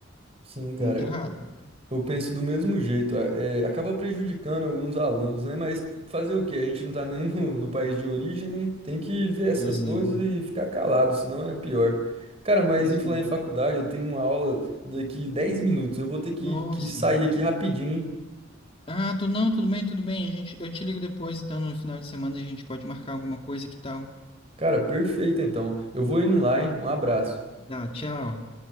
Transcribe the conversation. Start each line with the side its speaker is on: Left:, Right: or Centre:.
Right: Sim, cara.
Left: Muito errado.
Right: Eu penso do mesmo jeito, é, é, acaba prejudicando alguns alunos, né? Mas fazer o quê? A gente não tá nem no, no país de origem, né? Tem que ver essas
Left: Pois
Right: coisas
Left: é.
Right: e ficar calado, senão é pior. Cara, mas
Left: Pois
Right: em falar
Left: é.
Right: em faculdade, eu tenho uma aula daqui 10 minutos, eu vou ter que,
Left: Nossa.
Right: que sair aqui rapidinho. hein?
Left: Ah, tu não, tudo bem, tudo bem. A gente, eu te ligo depois, então no final de semana a gente pode marcar alguma coisa que tal.
Right: Cara, perfeito então. Eu vou indo lá, hein? Um abraço.
Left: Tá, tchau.